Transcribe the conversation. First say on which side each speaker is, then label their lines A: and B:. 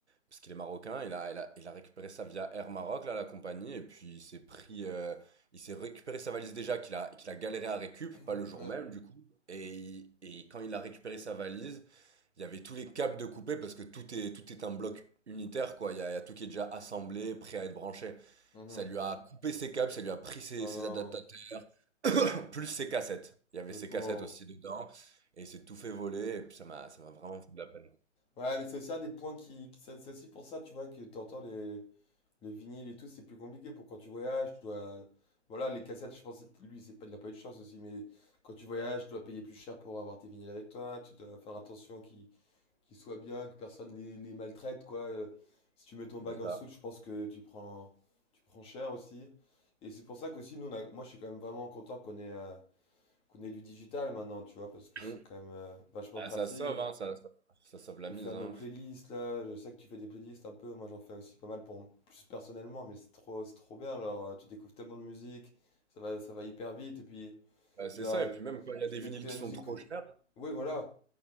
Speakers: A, on the right; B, on the left.
A: parce qu'il est marocain. Il a, il a, il a récupéré ça via Air Maroc, là, la compagnie. Et puis, il s'est pris, euh, il s'est récupéré sa valise déjà, qu'il a, qu'il a galéré à récup,
B: <laughs>
A: pas le jour
B: Ouais.
A: même, du coup. Et, il- et quand il a récupéré sa valise, il y avait tous les câbles de coupé, parce que tout est, tout est un bloc unitaire, quoi. Il y a, il y a tout qui est déjà assemblé, prêt à être branché.
B: mhm.
A: Ça lui a coupé ses câbles, ça lui a pris ses,
B: Oh
A: ses
B: non,
A: adaptateurs. Plus ses cassettes. Il y avait
B: le
A: ses
B: pauvre.
A: cassettes aussi dedans et il s'est tout fait voler et puis ça m'a ça m'a vraiment fait de la peine.
B: Ouais, mais c'est aussi un des points qui, qui- c'est c'est aussi pour ça, tu vois, que t'entends les, Les vinyles et tout, c'est plus compliqué pour quand tu voyages, tu dois. Voilà, les cassettes, je pense, c'est- lui, c'est pas, il a pas eu de chance aussi, mais quand tu voyages, tu dois payer plus cher pour avoir tes vinyles avec toi, tu dois faire attention qu'ils qu'ils soient bien, que personne les, les maltraite, quoi. Euh, Si tu mets ton bag
A: C'est ça.
B: en soute, je pense que tu prends, tu prends cher aussi. Et c'est pour ça qu'aussi, nous, on a- moi, je suis quand même vraiment content qu'on ait, euh, qu'on ait du digital maintenant, tu vois, parce que
A: Mm.
B: c'est quand même euh, vachement
A: Ah,
B: pratique
A: ça sauve, hein, ça, ça, sauve la
B: peut
A: mise,
B: faire
A: hein.
B: nos playlists là. Je sais que tu fais des playlists un peu. Moi, j'en fais aussi pas mal pour m- plus personnellement, mais c'est trop, c'est trop bien. Alors, euh, tu découvres tellement de musique, ça va, ça va hyper vite. Et puis,
A: Bah, c'est
B: tu vas,
A: ça, et puis même quand il y a
B: tu
A: des
B: peux
A: vinyles
B: écouter la
A: qui
B: musique.
A: sont trop chers,
B: Oui, voilà,